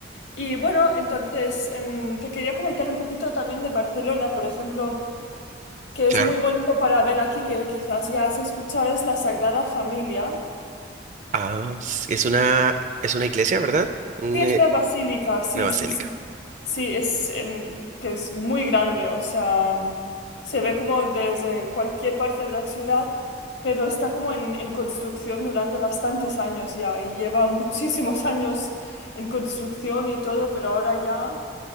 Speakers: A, on the left; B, on the right.
A: Y bueno, entonces em, te quería comentar un poquito también de Barcelona, por ejemplo, que es
B: Claro.
A: muy bonito para ver aquí, que quizás ya has escuchado, es la Sagrada Familia.
B: Ah, s- es una, es una iglesia, ¿verdad? Un,
A: Sí, es
B: eh,
A: una basílica, sí,
B: una basílica.
A: sí, sí. Sí, es em, que es muy grande, o sea, se ve como desde cualquier parte de la ciudad, pero está como en, en construcción durante bastantes años ya y lleva muchísimos años en construcción y todo, pero ahora ya